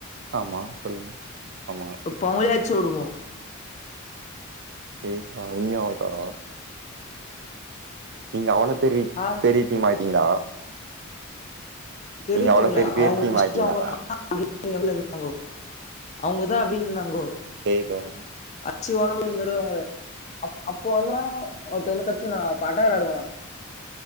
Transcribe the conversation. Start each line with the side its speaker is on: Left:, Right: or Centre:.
Right: ஆமா சொல்லுங்க ஆமா
Left: இப்போ அவுங்களயே அச்சி ஓடவுடுவோ
Right: ஏய் பா உண்மையாவுதா நீங்க அவ்ளோ பெரிய
Left: ஆ
Right: பெரிய டீம் ஆயிட்டீங்களா
Left: பெரிய
Right: நீங்க அவ்ளோ
Left: டீம்ல
Right: பெரிய
Left: அவுங்கோ
Right: டீம்
Left: ஃபர்ஸ்டு
Right: ஆயிட்டீங்களா
Left: அவுங்க <unintelligible> இருந்தாங்கோ அவுங்கதா அப்டின்னு இருந்தாங்கோ
Right: பேய் கவனமா
Left: அச்சி ஓடவுடனு இந்தடவ அவுங்கள அப் அப்போ வந்தனா ஒருத்த வந்து கத்து நா பாட்டா விளாடுவோ